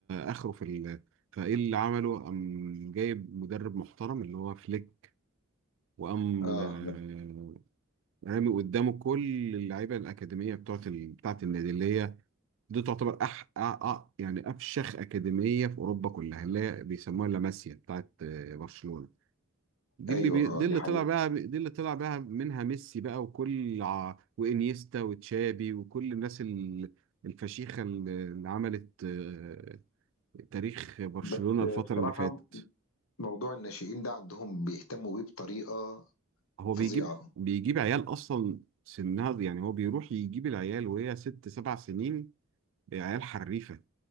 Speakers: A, on the right; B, on the left.
A: آخره في ال... فإيه اللي عمله قام جايب مدرب محترم اللي هو فليك وقام
B: اه
A: آه، رامي قدامه كل اللعيبة الأكاديمية بتوعت ال... بتاعت النادي اللي هي دي تعتبر أح... أ... أ... يعني أفشخ أكاديمية في أوروبا كلها اللي هي بيسموها لاماسيا بتاعت آه، برشلونة دي
B: ايوه
A: اللي بي...
B: اه
A: دي
B: دي
A: اللي
B: حقيقه
A: طلع بقى دي اللي طلع بقى منها ميسي بقى وكل ع... وانيستا وتشابي وكل الناس ال... الفشيخة اللي اللي عملت آه، تاريخ برشلونة
B: بس
A: الفترة
B: بصراحه
A: اللي فاتت
B: موضوع الناشئين ده عندهم بيهتموا بيه بطريقه
A: هو
B: فظيعه
A: بيجيب بيجيب عيال أصلا سنها يعني هو بيروح يجيب العيال وهي ست سبع سنين عيال حريفة